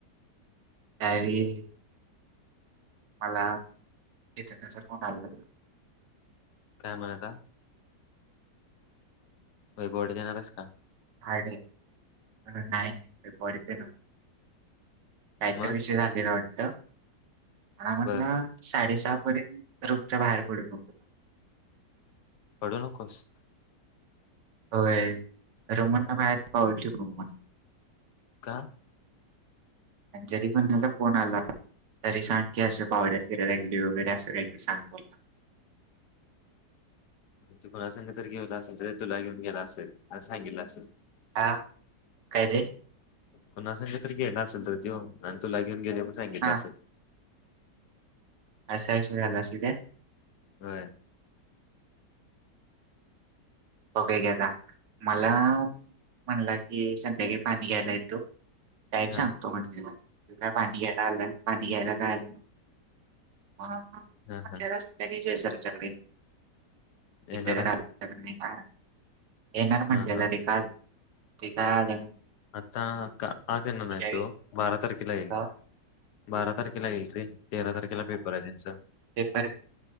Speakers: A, on the right (about 80°); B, on the left (about 70°).
A: त्यावेळी मला इथनाचा फोन आला
B: काय म्हणता वैभव देणार आहेस का
A: साडे नाही नाही काहीतर
B: मग
A: विषय झालेला वाटत म्हटला
B: बर
A: साडेसहा पर्यंत रूमच्या बाहेर पडून नको
B: पडू नकोस
A: होय रमण ना बाहेर पावलची म मला
B: का
A: जरी पण त्याचा फोन आला तरी सांग की असं पाहुऱ्या फिरायला गेली वगैरे असं व सांग बोलला
B: तो कोणा सघ जर गेला असेल तर तुला घेऊन गेला असेल अस सांगितलं असेल
A: हा काय रे?
B: कोणा सांग तर गेला असेल तर तो आणि तुला घेऊन गेले पण सांगितलं
A: हा
B: असेल.
A: असा विषय झाला अस
B: अ
A: ब काय घता मला म्हणला की संध्याकाळी पाणी घ्यायला येतो का
B: हा
A: सांगतो म्हणजला का पाणीला पाणीला काय महिल्या
B: हा हा
A: संध्या जसर च
B: येणार
A: इथे तर
B: आहे
A: नाही <unintelligible> हा येणार म्हटलेला
B: हा हा
A: रे काल ते काय आलं
B: आता का आज त्यांना नाही
A: मी काय
B: तो बारा तारखेला येईल.
A: विचारलं,
B: बारा तारखेला येईल रे तेरा तारखेला पेपर आहे त्यांचा
A: पेपर